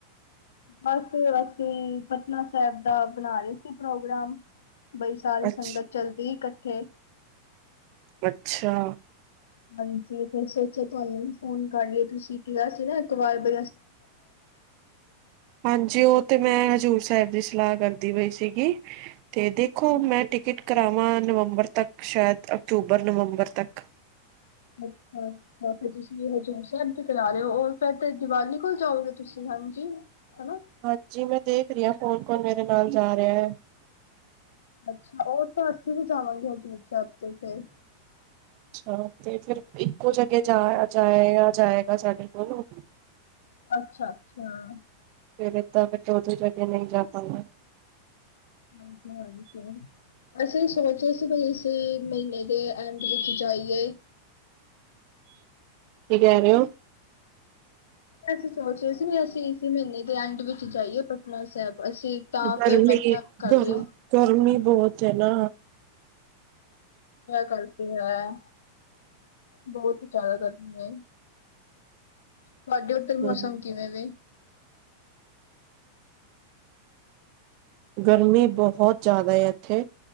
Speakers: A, on the left; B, on the right.
A: ਬਸ ਅਸੀਂ ਪਟਨਾ ਸਾਹਿਬ ਦਾ ਬਣਾ ਰਹੇ ਸੀ ਪ੍ਰੋਗਰਾਮ? ਬਈ ਸਾਰੀ
B: ਅੱਛ
A: ਸੰਗਤ ਚੱਲਦੀ। ਇੱਕਠੇ।
B: ਅੱਛਾ।
A: ਹਾਂਜੀ ਫਿਰ ਸੋਚਿਆ ਤੁਹਾਨੂੰ ਵੀ ਫੋਨ ਕਰ ਲਈਏ, ਤੁਸੀਂ ਕਿਹਾ ਸੀ ਨਾ, ਇੱਕ ਵਾਰ ਬ
B: ਹਾਂਜੀ, ਉਹ ਤੇ ਮੈਂ ਹਜ਼ੂਰ ਸਾਹਿਬ ਦੀ ਸਲਾਹ ਕਰਦੀ ਪਈ ਸੀਗੀ, ਤੇ ਦੇਖੋ ਮੈਂ ਟਿਕਟ ਕਰਾਵਾਂ, ਨਵੰਬਰ ਤੱਕ ਸ਼ਾਇਦ ਅਕਤੂਬਰ, ਨਵੰਬਰ ਤੱਕ।
A: ਅੱਛਾ, ਫਿਰ ਤੁਸੀਂ ਹਜ਼ੂੂਰ ਸਾਹਿਬ ਦੀ ਕਰਾ ਰਹੇ ਉ, ਉਹ ਫਿਰ ਤੇ ਦੀਵਾਲੀ ਕੋਲ ਜਾਉਗੇ ਤੁਸੀਂ, ਹਾਂਜੀ। ਹਨਾ।
B: ਹਾਂਜੀ, ਮੈਂ ਦੇਖ ਦੀ ਆ ਕੌਣ ਕੌਣ ਮੇਰੇ ਨਾਲ ਜਾ ਰਿਹਾ ਐ।
A: ਅੱਛਾ, ਉਹ ਤਾਂ ਅਸੀਂ ਵੀ ਜਾਵਾਂਗੇ ਹਜ਼ੂੂਰ ਸਾਹਿਬ ਤੇ ਫਿਰ
B: ਅੱਛਾ ਤੇ ਫਿਰ ਇੱਕੋ ਜਗ੍ਹਾ ਜਾ ਜਾਏ ਜਾਏਗਾ ਸਾਡੇ ਕੋਲ
A: ਅੱਛਾ ਅੱਛਾ। ਹਾਂ।
B: ਫੇਰ ਤਾਂ ਛੋਟੀ ਕਰਕੇ ਨਹੀਂ ਜਾ ਪਾਵਾਗੇ।
A: ਹਾਂਜੀ ਹਾਂਜੀ, ਅਸੀਂ ਸੋਚ ਅਸੀਂ ਵੀ ਇਸ ਮਹੀਨੇ ਦੇ ਐਂਡ ਵਿੱਚ ਜਾਈਏ।
B: ਕੀ ਕਹਿ ਰਹੇ ਹੋ?
A: ਅਸੀਂ ਸੋਚ ਰਹੇ ਸੀ, ਵੀ ਅਸੀਂ ਇਸ ਮਹੀਨੇ ਦੇ ਐਂਡ ਵਿੱਚ ਜਾਈਏ ਪਟਨਾ ਸਾਹਿਬ ਅਸੀਂ ਤਾਂ
B: ਗਰਮੀ
A: ਫਿਰ ਮੈਂ ਕਿਹਾ ਕਰੀਏ
B: ਗਰ ਗਰਮੀ ਬਹੁਤ ਹੈ ਨਾ
A: ਕਰਦੇ ਆ, ਬਹੁਤ ਜ਼ਿਆਦਾ ਗਰਮੀ ਏ। ਤੁਹਾਡੇ ਉੱਧਰ ਮੌਸਮ
B: ਹਮ
A: ਕਿਵੇਂ ਵੇ।
B: ਗਰਮੀ ਬਹੁਤ ਜ਼ਿਆਦਾ ਇੱਥੇ,